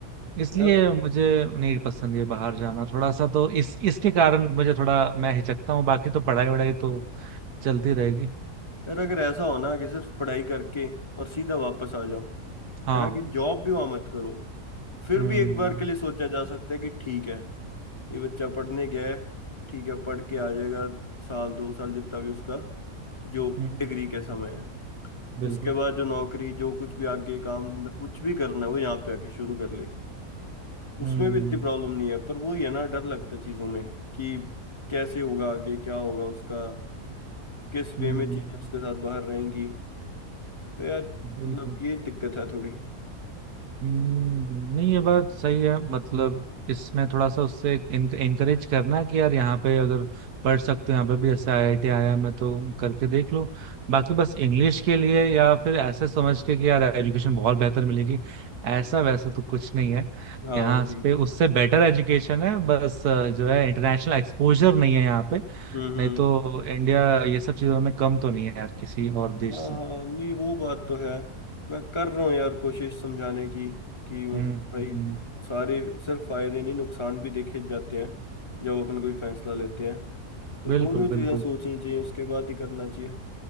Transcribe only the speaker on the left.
यार
यार अगर ऐसा हो ना कि सिर्फ पढ़ाई करके और सीधा वापस आ जाओ
है ना कि जॉब भी वहां मत करो फिर
भी एक बार के लिए सोचा जा सकता है कि ठीक है ये बच्चा पढ़ने गया है ठीक है पढ़ के आ जाएगा साल दो साल जितना भी उसका जो
डिग्री का
समय है
उसके बाद जो नौकरी जो कुछ भी आगे काम धंधा कुछ भी करना है वो यहाँ पे आके शुरू कर ले
उसमें भी इतनी प्रॉब्लम नहीं है पर वही है ना डर लगता है चीजों में कि कैसे होगा आगे क्या होगा उसका किस
वे में चीजें उसके साथ बाहर रहेंगी तो यार
मतलब ये दिक्कत है थोड़ी
हाँ
वही
हम्म हम्म
हाँ
हाँ नहीं वो बात तो है मैं कर रहा हूँ यार कोशिश समझाने की कि मतलब
भाई
सारे सिर्फ फायदे नहीं नुकसान भी देखे जाते हैं जब अपन कोई फैसला लेते हैं तो
दोनों चीजें
सोचनी चाहिए उसके बाद ही करना चाहिए